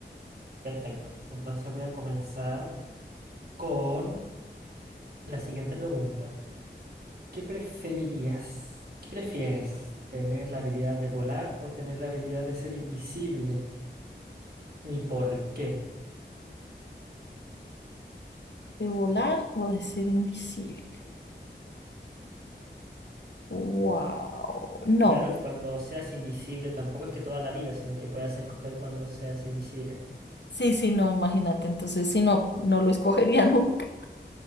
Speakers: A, on the right; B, on the left.
A: Perfecto, entonces voy a comenzar con la siguiente pregunta. ¿Qué preferirías? ¿Qué prefieres? ¿Tener la habilidad de volar o tener la habilidad de ser invisible? ¿Y por qué?
B: ¿De volar o de ser invisible? Wow. No.
A: Claro que cuando seas invisible tampoco es que toda la vida, sino que puedas escoger cuando seas invisible.
B: Sí, sí, no, imagínate. Entonces, si no, no lo escogería <laughs> nunca.